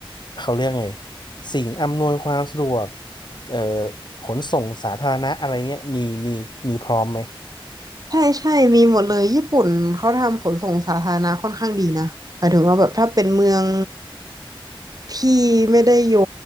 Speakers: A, on the left; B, on the right.
A: เขาเรียกไงสิ่งอำนวยความสะดวกเอ่อขนส่งสาธารณะอะไรเงี้ยมีมีมีพร้อมไหม
B: ใช่ใช่มีหมดเลยญี่ปุ่นเขาทำขนส่งสาธารณะค่อนข้างดีนะหมายถึงว่าแบบถ้าเป็นเมืองที่ไม่ได้อยู่